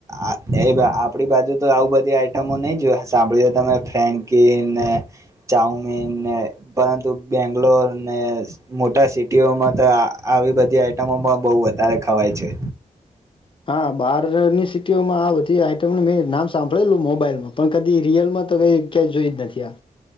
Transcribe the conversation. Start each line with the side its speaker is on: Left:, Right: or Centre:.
Right: આ એ આપડી બાજુ તો આવું બધી આઈટમો નહીં જોય સાંભળી હોય તમે ફ્રેન્કીિનને ચાઉમીન ને પરંતુ બેંગ્લોર ને મોટા સિટીઓમાં તો આ આવી બધી આઈટમોમાં બહુ વધારે ખવાય છે
Left: હા બહારની સિટીઓમાં આ બધી આઈટમનું મેં નામ સાંભળેલું મોબાઈલમાં પણ કદી રિયલમાં તો કઈ ક્યાંય જોય જ નથી આ